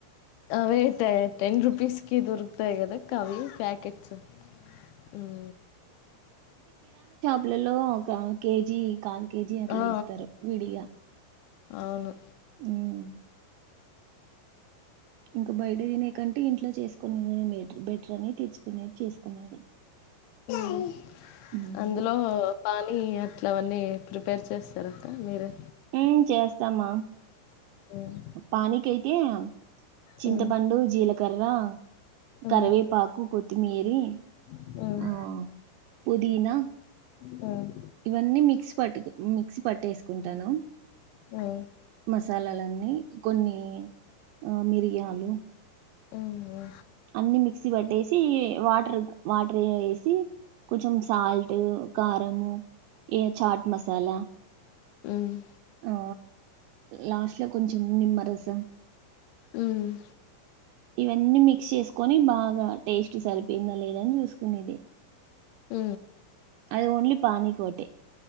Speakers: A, on the left (about 80°); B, on the right (about 85°).
A: అవేయితే టెన్ రుపీస్ కి దొరుకుతాయి కదా ఆవి ప్యాకెట్స్ ఉహ్
B: పిల్లలో ఒక కేజీ కాల్ కేజీ అట్లా
A: ఆ ఆ
B: ఇస్తారు విడిగా
A: అవును
B: ఉమ్ ఇంకా బయట తినే కంటే ఇంట్లో చేసుకునే బెట్రు బెటర్ అని తేచ్చుకునేది చేసుకునేది.
A: ఎయ
B: ఉమ్
A: అందులో పానీ అట్లవన్నీ ప్రిపేర్ చేస్తారక్క మీరే
B: ఉహ్మ్ చేస్తామా.
A: మ్మ్
B: పనికైతే చింతపండుూ,
A: మ్మ్
B: జీలక్ కర్ర
A: మ్మ్
B: కరివేపాకు, కొత్తిమీరీ
A: మ్మ్
B: ఆహ్ పుదీనా
A: మ్మ్ మ్మ్
B: ఇవన్నీ మిక్సీ పట్టుక్ మిక్సీ పట్టేసుకుంటాను.
A: మ్మ్
B: స్లలన్నీ కొన్ని ఆ మీరి యాలు
A: ఓవో
B: అన్ని మిక్సీ బట్టేసి వాటర్ వాటర్ వే <unintelligible> కొంచం సాల్ట్ కారం ఏ చాట్ మసాలా
A: మ్మ్ మ్మ్
B: ఆ లాస్ట్ లో కొంచం నిమ్మరసం
A: ఉమ్
B: ఇవన్నీ మిక్ షెస్కోని బాగా టేస్ట్ సరిపోయిందా లేదని చూసుకునేది
A: ఆ
B: అది ఓన్లీ పానీ కోటె